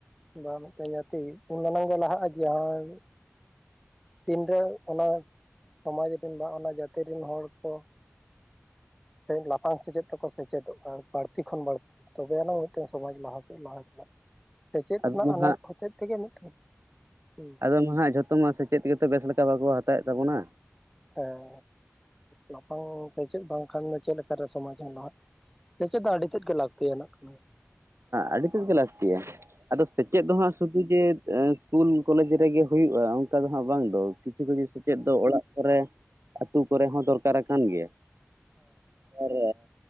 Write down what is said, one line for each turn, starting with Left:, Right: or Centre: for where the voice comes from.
Centre: ᱵᱟ ᱢᱤᱫᱴᱮᱱ ᱡᱟᱛᱤ ᱩᱱ <unintelligible> ᱜᱮ ᱞᱟᱦᱟᱜᱼᱟ ᱡᱟᱦᱟᱸᱭ ᱛᱤᱱᱰᱟᱜ ᱚᱱᱟ ᱥᱚᱢᱟᱡᱽ ᱨᱮᱱ ᱵᱟ ᱚᱱᱟ ᱡᱟᱹᱛᱤ ᱨᱮᱱ ᱦᱚᱲ ᱠᱚ ᱥᱮ ᱞᱟᱯᱷᱟᱝ ᱥᱮᱪᱮᱫ ᱛᱮᱠᱚ ᱥᱮᱪᱮᱫᱚᱜᱼᱟ ᱵᱟᱹᱲᱛᱤ ᱠᱷᱚᱱ ᱵᱟᱹᱲᱛᱤ᱾ ᱛᱚᱵᱮᱭᱟᱱᱟᱝ ᱢᱤᱫᱴᱟᱝ ᱥᱚᱢᱟᱡᱽ ᱞᱟᱦᱟᱥᱮᱫ ᱞᱟᱦᱟ ᱪᱟᱞᱟᱜᱼᱟ᱾ ᱥᱮᱪᱮᱫ
Right: ᱟᱫᱚ
Centre: ᱨᱮᱱᱟᱜ
Right: ᱦᱟᱸᱜ
Centre: ᱟᱱᱟᱴ ᱦᱚᱛᱮᱡ ᱛᱮᱜᱮ ᱢᱤᱫᱴᱟᱝ ᱦᱮ
Right: ᱟᱫᱚ ᱢᱟ ᱦᱟᱸᱜ ᱡᱷᱚᱛᱚ ᱢᱟ ᱥᱮᱪᱮᱫ ᱜᱮᱛᱚ ᱵᱮᱥ ᱞᱮᱠᱟ ᱵᱟᱠᱚ ᱦᱟᱛᱟᱣᱮᱫ ᱛᱟᱵᱚᱱᱟ᱾
Centre: ᱦᱮᱸ ᱞᱟᱯᱷᱟᱝ ᱥᱮᱪᱮᱫ ᱵᱟᱝᱠᱷᱟᱱ ᱫᱚ ᱪᱮᱫ ᱞᱮᱠᱟᱨᱮ ᱥᱚᱢᱟᱡ ᱦᱚᱸ ᱞᱟᱦᱟᱜᱼᱟ? ᱥᱮᱪᱮᱫ ᱫᱚ ᱟᱹᱰᱤ ᱛᱮᱫ ᱜᱮ ᱞᱟᱹᱠᱛᱤᱭᱟᱱᱟᱜ ᱠᱟᱱᱟ᱾
Right: ᱟᱹᱰᱤᱛᱮᱫ ᱜᱮ ᱞᱟᱠᱛᱤᱭᱟ᱾ ᱟᱫᱚ ᱥᱮᱪᱮᱫ ᱫᱚ ᱦᱟᱸᱜ ᱥᱩᱫᱷᱩ ᱡᱮ ᱥᱠᱩᱞ ᱠᱚᱞᱮᱡᱽ ᱨᱮᱜᱮ ᱦᱩᱭᱩᱜᱼᱟ ᱚᱱᱠᱟ ᱫᱚ ᱦᱟᱸᱜ ᱵᱟᱝ ᱫᱚ ᱠᱤᱪᱷᱩ ᱠᱤᱪᱷᱩ ᱥᱮᱪᱮᱫ ᱫᱚ ᱚᱲᱟᱜ ᱠᱚᱨᱮ ᱟᱹᱛᱩ ᱠᱚᱨᱮ ᱦᱚᱸ ᱫᱚᱨᱠᱟᱨ ᱟᱠᱟᱱ ᱜᱮᱭᱟ᱾ ᱟᱨ